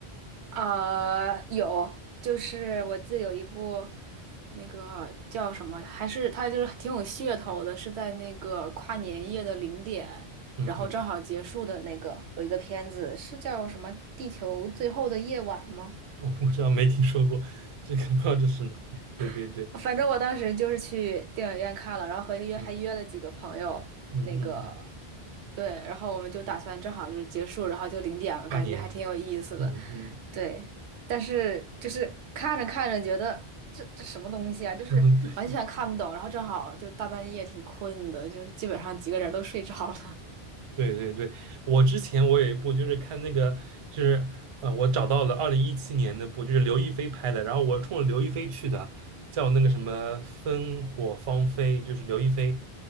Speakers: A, on the right (about 85°); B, on the right (about 55°).
A: 呃，有，就是我记得有一部那个叫什么，还是它就是挺有噱头的，是在那个跨年夜的零点，
B: 嗯嗯嗯，
A: 然后正好结束的那个有一个片子，是叫什么《地球最后的夜晚》吗？
B: <laughs> 我不知道没听说过，这个不知道这是什么片对对对，
A: <laughs> 反正我当时就是去电影院看了，然后和约还约了几个朋友，
B: 嗯嗯嗯嗯，
A: 那个对，然后我们就打算正好就是结束，然后就零点了，
B: 跨年，
A: 感觉还挺有意思的。
B: 嗯嗯，
A: 对，但是就是看着看着觉得这这什么东西啊，就是完全看不懂，
B: <laughs>
A: 然后正好就大半夜挺困的，就基本上几个人都睡着了。
B: 对对对，我之前我有一部就是看那个，就是呃，我找到了二零一七年那部，就是刘亦菲拍的，然后我冲着刘亦菲去的，叫那个什么《烽火芳菲》，就是刘亦菲，